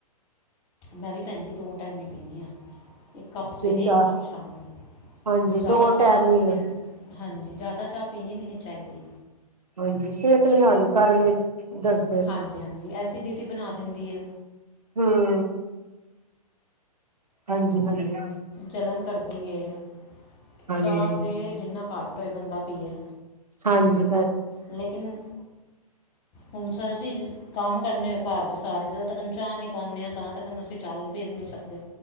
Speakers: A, on the left; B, on the right.
A: ਮੈਂ ਵੀ ਭੈਣ ਜੀ ਦੋ ਟਾਈਮ ਇ ਪੀਂਦੀ ਆ। ਇੱਕ ਕੱਪ ਸਵੇਰੇ,
B: ਕਿ ਜਾ
A: ਇੱਕ ਕੱਪ ਸ਼ਾਮੀ
B: ਹਾਂਜੀ
A: ਜ਼ਿਆਦਾ
B: ਦੋ ਟਾਈਮ
A: ਚਾਹ
B: ਮਿਲ
A: ਪੀਣੇ, ਹਾਂਜੀ ਜ਼ਿਆਦਾ ਚਾਹ ਪੀਣੀ ਵੀ ਨਹੀਂ ਚਾਹੀਦੀ।
B: ਹਾਂਜੀ, ਸਿਹਤ ਲਈ ਹਾਨੀਕਾਰਨ ਵੀ ਦੱਸ
A: ਹਾਂਜੀ-ਹਾਂਜੀ, ਐਸੀਡਿਟੀ ਬਣਾ ਦਿੰਦੀ ਐ।
B: ਹੂੰ। ਹਾਂਜੀ ਹਾਂਜੀ ਹਾਂਜੀ
A: ਜਲਣ ਕਰਦੀ ਐ,
B: ਹਾਂਜੀ
A: ਚਾਹ ਜਿੰਨਾ ਘੱਟ ਟੋ ਬੰਦਾ ਪੀਏ।
B: ਹਾਂਜੀ।
A: ਲੇਕਿਨ ਹੁਣ ਅਸੀਂ ਕੰਮ ਕਰਨੇ ਹੋਏ ਘਰ ਦੇ, ਸਾਰੇ ਜਦੋਂ ਤੱਕ ਚਾਹ ਨਹੀਂ ਪਾਉਣੇ ਆ ਤਾਂ ਤੱਕਨ ਅਸੀਂ ਚੱਲ ਵੀਰ ਨਹੀਂ ਸਕਦੇ।